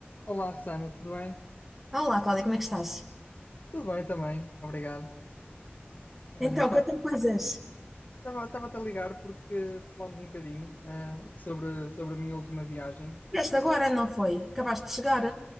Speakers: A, on the left; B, in the centre.
A: Olá, Sana, tudo bem?
B: Olá, Cláudia, como é que estás?
A: Tudo bem também, obrigado. Olha,
B: Então, conta-me coisas.
A: estava-te a ligar porque falámos um bocadinho ah, sobre, sobre a minha última viagem,
B: Vieste
A: que
B: agora, não foi? Acabaste de chegar?